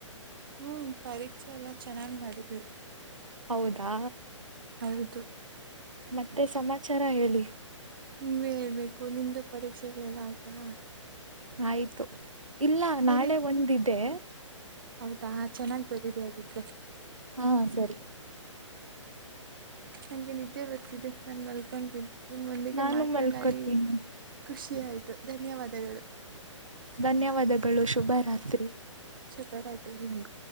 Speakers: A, on the right; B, on the right.
A: ಹ್ಮ್ ಪರೀಕ್ಷೆ ಎಲ್ಲ ಚೆನ್ನಾಗ್ ಮಾಡಿದ್ವಿ
B: ಹೌದಾ
A: ಹೌದು
B: ಮತ್ತೆ ಸಮಾಚಾರ ಹೇಳಿ
A: ನೀವೇ ಹೇಳ್ಬೇಕು ನಿಮ್ದು ಪರೀಕ್ಷೆಗಳೆಲ್ಲ ಆಯ್ತಾ
B: ಆಯ್ತು ಇಲ್ಲ
A: ಸರಿ
B: ನಾಳೆ ಒಂದಿದೆ
A: ಹೌದಾ ಚೆನ್ನಾಗ್ ಬರೀರಿ ಹಾಗಗಿದ್ರೆ
B: ಹಾ ಸರಿ
A: ಹಂಗೆ ನಿದ್ದೆ ಬರ್ತ್ತಿದೆ ನಾನನ್ ಮಲ್ಕೊಂಡೇನೆ ನಿಮ್ಮೊಂದಿಗೆ
B: ನಾನು
A: ಮಾತನಾಡಿ
B: ಮಲ್ಕೋತೀನಿ
A: ಖುಷಿ ಆಯ್ತು ಧನ್ಯವಾದಗಳು
B: ಧನ್ಯವಾದಗಳು ಶುಭ ರಾತ್ರಿ
A: ಶುಭರಾತ್ರಿ ನಿಮ್ಗೂ